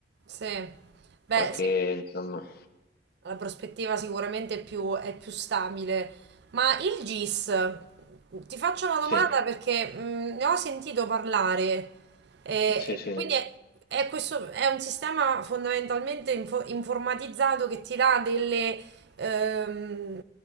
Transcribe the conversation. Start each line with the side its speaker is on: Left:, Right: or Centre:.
Right: Sì. Beh,
Left: qualche,
Right: sì.
Left: insomma.
Right: la prospettiva sicuramente è più, è più stabile. Ma il GIS, ti faccio una domanda
Left: Sì,
Right: perché mh, ne ho sentito parlare. E
Left: sì, sì,
Right: quindi è, è questo, è un sistema fondamentalmente info- informatizzato che ti dà delle, ehm,